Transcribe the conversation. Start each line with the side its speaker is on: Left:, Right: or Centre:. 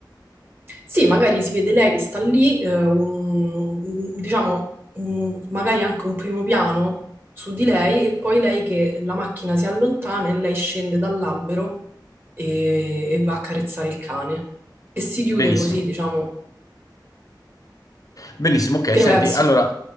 Right: Sì, magari si vede lei che sta lì, eh, un- un- diciamo, un- magari anche un primo piano su di lei e poi lei che la macchina si allontana e lei scende dall'albero e, e va a carezzare il cane. E si chiude
Left: Benissimo.
Right: così, diciamo.
Left: Benissimo, ok,
Right: Che ne
Left: senti,
Right: pensi?
Left: allora,